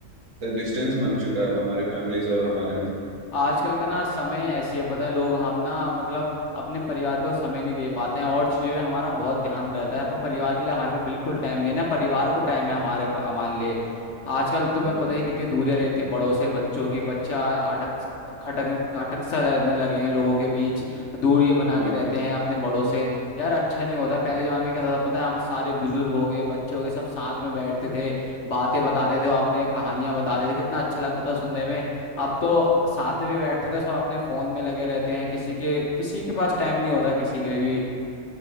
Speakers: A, on the right (about 55°); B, on the left (about 55°).
A: डिस्टेंस बन चुका है अब हमारे फैमिलीज और हमारे
B: आजकल का ना समय ऐसी है पता है लोग हम ना मतलब अपने परिवार को समय नहीं दे पाते हैं और चीजों में हमारा बहुत ध्यान रहता है पर परिवार के लिए हमारे पास बिल्कुल टाइम नहीं है ना परिवार को टाइम है हमारे पा- हमारे लिए आजकल तुम्हें
A: में
B: पता ही है कितनी दूरियां रहती हैं बड़ों से बच्चों की बच्चा अटक खटक खटक सा रहने लगे हैं लोगों के बीच दूरियां बना
A: हाँ
B: के रहते हैं अपने बड़ों से यार अच्छा नहीं होता पहले जमाने में क्या था पता है हम सारे बुजुर्ग हो गए बच्चे हो गए सब साथ में बैठते थे बातें बताते थे और अपने कहानियां बताते थे कितना अच्छा लगता था सुनने में आप तो साथ में भी बैठते थे सब अपने फोन में लगे रहते हैं किसी के किसी के पास टाइम नहीं होता किसी के लिए भी